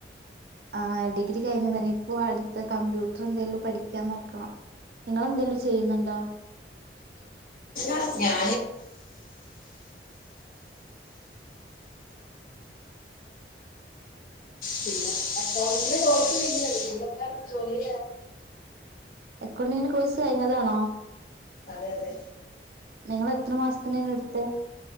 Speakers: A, on the right; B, on the left.
A: ആ ഡിഗ്രി കഴിഞ്ഞ തന്നെ ഇപ്പോ അടുത്ത കമ്പ്യൂട്ടർ എന്തെിലും പഠിക്കാൻ നോക്കണം നിങ്ങെലെന്തേലും ചെയ്യുന്നുണ്ടോ
B: ഉ ഞാൻ പിന്നെ അക്കൗണ്ടിങ് കോഴ്‌സി നോക്കെ ജോലി
A: അക്കൗണ്ട് ങ് ന്റെ കോഴസ് കഴിഞ്ഞതാണോ
B: അതെ അതെ
A: നിങ്ങ ൾ എത്ര മാസത്തിനാണ് എടുത്ത